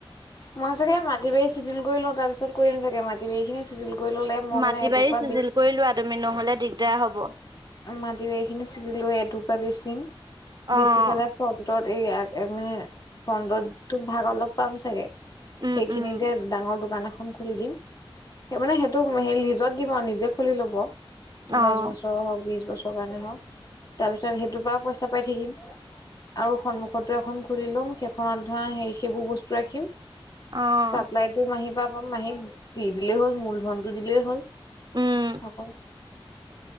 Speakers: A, on the left; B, on the right.
A: মই চাগে মাটি বাৰী চিজিল কৰি লওঁ তাৰ পিছত কৰিম চাগে মা মাটিবাৰী খিনি চিজিল কৰি ল'লে মই
B: মাটি
A: মানে এটকুৰা
B: বাৰী চিজিল
A: বেচি
B: কৰি লোৱা তুমি নহ'লে দিগদাৰ হ'ব৷
A: মাটি বাৰী খিনি চিজিল কৰি এটুকুৰা বেচিম
B: অ',
A: বেছি পেলাই ফ্ৰন্টত এই <unintelligible> মানে ফ্ৰন্টত তোক ভাগ অলপ পাম চাগে
B: উম,
A: সেইখিনিত
B: উম,
A: তে ডাঙৰ দোকান এখন খুলি দিম। সেই মানে সেইটোক সেই লিজত দিব নিজে খুলি লব
B: অ',
A: দছ বছৰ হ'ক বিছ বছৰ কাৰণে হও তাৰ পিছত সেইটোৰ পা পইচা পাই থাকিম। আৰু সন্মুখৰতো এখন খুলি লম সেইখনত ধৰা সেই সেইবোৰ বস্তু ৰাখিম।
B: অ',
A: চাপ্লাই টো মাহীৰ পৰা পাম মাহীক দি দিলেই হ'ল মূলধনতটো দিলেই হ'ল৷
B: উম।
A: আকৌ <unintelligible>